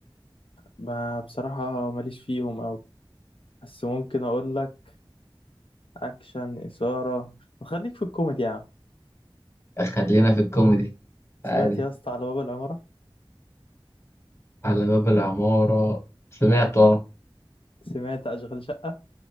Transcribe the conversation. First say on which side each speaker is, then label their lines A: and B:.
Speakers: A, on the left; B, on the left.
A: ما بصراحه ماليش فيهم أوي بس ممكن اقول لك اكشن اثاره خليك في الكوميدي يا عم
B: خلينا في الكوميدي
A: سمعت
B: عادي
A: يا اسطى على باب العماره
B: على باب العماره سمعت اه
A: سمعت اشغال شقه